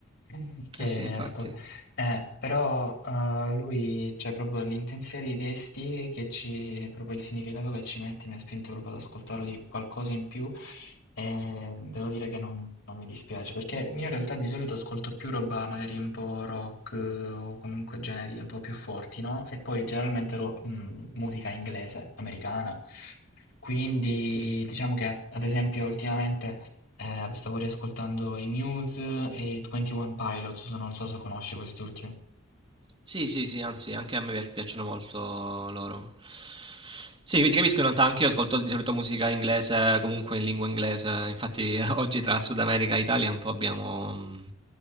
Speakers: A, on the left; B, on the right.
A: <laughs> che
B: Eh sì, infatti.
A: ascolto. però eh, lui, cioè proprio l'intensità dei testi, che ci, proprio il significato che ci mette, mi ha spinto proprio ad ascoltarlo di qualcosa in più. E devo dire che non, non mi dispiace, perché io in realtà di solito ascolto più roba magari un po' rock eh, o comunque generi un po' più forti, no? E poi generalmente ro- mh, musica inglese, americana. Quindi
B: Sì, sì.
A: diciamo che ad esempio ultimamente eh, stavo riascoltando i Muse e i 21 Pilots, non so se conosci questi ultimi.
B: Sì, sì, sì, anzi, anche a me piac- piacciono molto loro. Sì, quindi ti capisco in realtà, anche io ascolto di solito musica inglese, comunque in lingua inglese. Infatti, <laughs> oggi tra Sud America e Italia un po' abbiamo, mh,